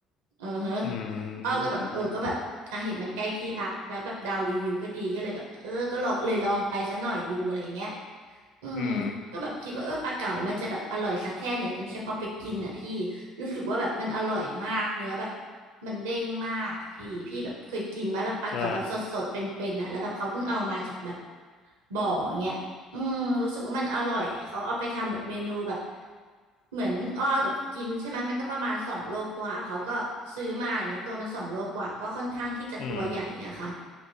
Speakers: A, on the right; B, on the left.
A: เออฮะ
B: อืม
A: อ้อก็แบบเออก็แบบอ่ะเห็นมันใกล้ที่พักแล้วแบบดาวรีวิวก็ดีก็เลยแบบเออก็ลองเลยลองไปซะหน่อยดูอะไรอย่างเงี้ย
B: อืม
A: อืมก็แบบคิดว่าเออปลาเก๋ามันจะแบบอร่อยสักแค่ไหนกันเชียวพอไปกินอ่ะพี่
B: อืม
A: รู้สึกว่าแบบมันอร่อยมากเนื้อแบบมันเด้งมากอ่ะพี่พี่แบบเคยกินไหมแบบปลาเก๋าแบบสดๆเป็นๆอ่ะแล้วแบบเขาเพิ่งเอามาจากแบบ
B: ก็
A: บ่อเงี้ยอืมรู้สึกว่ามันอร่อยอ่ะเขาเอาไปทำแบบเมนูแบบเหมือนอ้อแบบกินใช่ไหมมันก็ประมาณสองโลกว่าเขาก็ซื้อมาอย่างเงี้ยตัวมันสองโลกว่าก็ค่อนข้างที่จะตัวใหญ่อะค่ะ
B: อืม